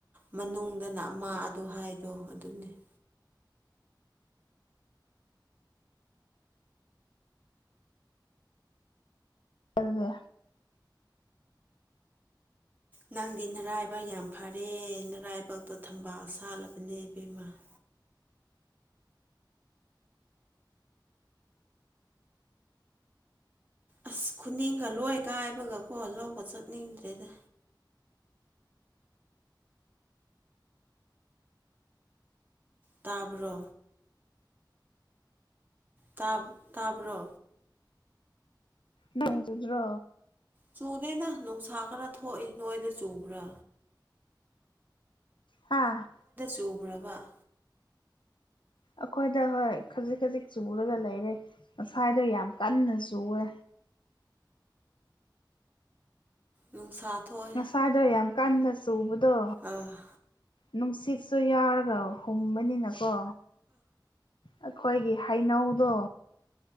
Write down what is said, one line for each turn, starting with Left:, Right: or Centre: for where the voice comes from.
Right: ꯃꯅꯨꯡꯗꯅ ꯑꯃ ꯑꯗꯨ ꯍꯥꯏꯗꯣ ꯑꯗꯨꯅꯦ <inaudible>
Left: ꯆꯜꯋꯦ
Right: ꯅꯪꯗꯤ ꯅꯔꯥꯏꯕꯛ ꯌꯥꯝ ꯐꯔꯦ ꯅꯔꯥꯏꯕꯇꯣ ꯊꯝꯕꯥꯜ ꯁꯥꯜꯂꯕꯅꯦ ꯏꯕꯦꯝꯃꯥ <inaudible> ꯑꯁ ꯈꯨꯅꯤꯡꯒ ꯂꯣꯏ ꯀꯥꯏꯕꯒꯀꯣ ꯂꯧꯕ ꯆꯠꯅꯤꯡꯗ꯭ꯔꯦꯗ ꯇꯥꯕ꯭ꯔꯣ ꯇꯥꯕ ꯇꯥꯕ꯭ꯔꯣ
Left: ꯅꯪꯖꯗ꯭ꯔꯣ
Right: ꯆꯨꯗꯦꯅ ꯅꯨꯡꯁꯥ ꯈꯔ ꯊꯣꯛꯏ ꯅꯣꯏꯗ ꯆꯨꯕ꯭ꯔꯥ
Left: ꯍꯥꯥ
Right: ꯆꯣꯔꯕ
Left: ꯑꯩꯈꯣꯏꯗ ꯍꯣꯏ ꯈꯖꯤꯛ ꯈꯖꯤꯛ ꯆꯨꯔꯒ ꯂꯩꯔꯦ ꯉꯁꯥꯏꯗꯣ ꯌꯥꯝ ꯀꯟꯅ ꯆꯨꯋꯦ
Right: ꯅꯨꯡꯁꯥ ꯊꯣꯛꯑꯦ
Left: ꯉꯁꯥꯗꯣ ꯌꯥꯝ ꯀꯟꯅ ꯆꯨꯕꯗꯣ
Right: ꯑꯥ
Left: ꯅꯨꯡꯁꯤꯠꯁꯨ ꯌꯥꯎꯔꯒ ꯍꯨꯝꯕꯅꯤꯅꯀꯣ ꯑꯩꯈꯣꯏꯒꯤ ꯍꯩꯅꯧꯗꯣ